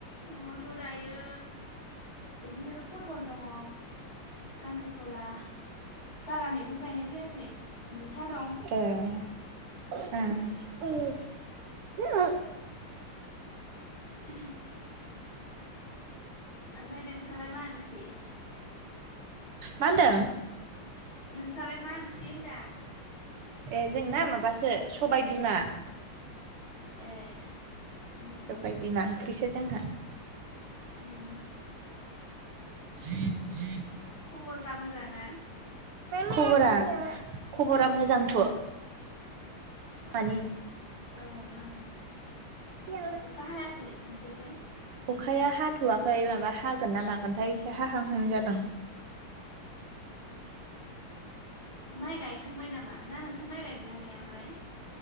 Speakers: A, on the left (about 45°); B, on the right (about 85°).
A: न'आवथ' दायो बिदिनो पटल दंङ खांख्रिखला बारा मैगं गायनाय जायाखै मैथा दं
B: दङ ए <unintelligible>
A: <unintelligible> ओमफ्राय नोंस्रालाय मा ओंख्रि
B: मा होन्दों
A: नोंसालाय मा ओंख्रि होनदां
B: ए जोंना माबासो सबाय बिमा
A: ए उम उम
B: सबाय बिमा ओंख्रिसो जोंहा
A: उम
B: <unintelligible>
A: खबरफ्रा मोजां ना
B: खबरा खबरा मोजांथ
A: ओ
B: मानि
A: ओं ओं
B: <unintelligible>
A: अखा हायाखै नोंसोरखै
B: अखाया हा हाथवाखै माबा हागोन ना मागोनथाय एसे हाहांहां जादों
A: <inaudible> माइ गायखांबाय नामा ना नोंस्रा माइ गायगोन ना गायामोनलाय?